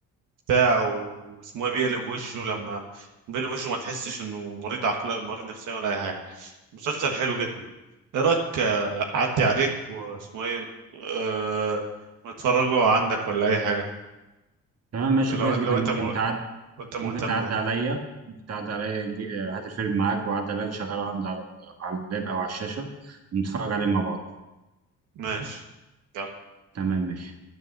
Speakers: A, on the right; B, on the right.
A: بتاع واسمه ايه بيقلب وشه لما بيقلب وشه ما تحسش انه مريض عقل مريض نفسيا ولا اي حاجه مسلسل حلو جدا ايه رايك آه، اعدي عليك واسمه ايه أه... ونتفرجوا عندك ولا اي حاجه
B: تمام ماشي
A: لو
B: كويس
A: لو
B: جدا ممكن
A: انت م...
B: تعد
A: لو انت مهتم
B: ممكن تعدي
A: يعني.
B: عليا ممكن تعدي عليا نجي- آه، هات الفيلم معاك وعدي عليا نشغله عندي على ال- على اللاب او على الشاشه ونتفرج عليه مع بعض
A: ماشي يلا
B: تمام ماشي